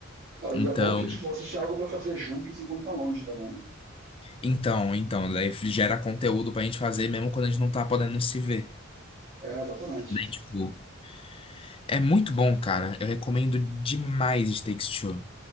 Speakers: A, on the right; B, on the left.
A: Não,
B: Então,
A: e é bom que tipo, vocês têm algo pra fazer juntos enquanto estão longe também, né?
B: então, então, daí gera conteúdo pra gente fazer mesmo quando a gente não tá podendo se ver
A: É, exatamente.
B: né? Tipo, É muito bom, cara. Eu recomendo demais It Takes Two.